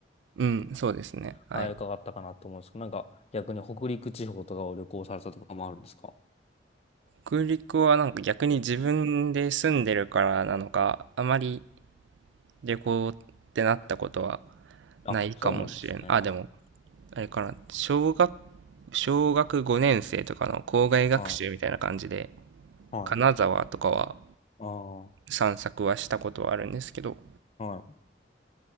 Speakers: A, on the right (about 80°); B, on the left (about 35°).
A: うん、そうですね。はい。
B: はい、伺ったかなと思うんですけど、なんか逆に北陸地方とかを旅行されたとかもあるんですか
A: 北陸はなんか逆に自分で住んでるからなのか、あまり旅行ってなったことは
B: あ、
A: ないかもしれん。
B: そうなんですね。
A: あ、でも、あれかな、小学、小学5年生とかの校外学習みたいな感じで、
B: はい、はい。
A: 金沢とかは
B: ああ、
A: 散策はしたことはあるんですけど、
B: はい。